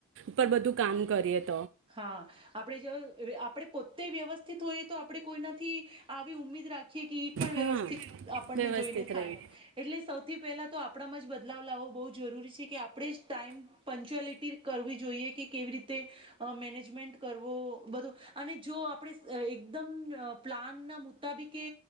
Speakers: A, on the right (about 60°); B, on the right (about 25°).
A: પર બધું કામ કરીયે
B: હા આપણે જો આપેડે જો પોતે વ્યવ તજિસ હોઈ તો આપણે કોઈનાથી આવી ઉમિદ રા પણ વ્યવસ્થિત
A: હા
B: આપણને
A: વ્યવસ્થિત
B: જોઈને થાય
A: રહી
B: એટલે સૌથી પહેલા તો આપણામાં જ બદલાવ લાવો બો જરૂરી છે કે આપણે જ ટાઈમ પંચ્યુઅલિટી કરવી જોઈએ કે કેવી રીતે મેનેજમેન્ટ કરવો બધું અને જો આપણે એકદમ પ્લાનના મુતાબિકે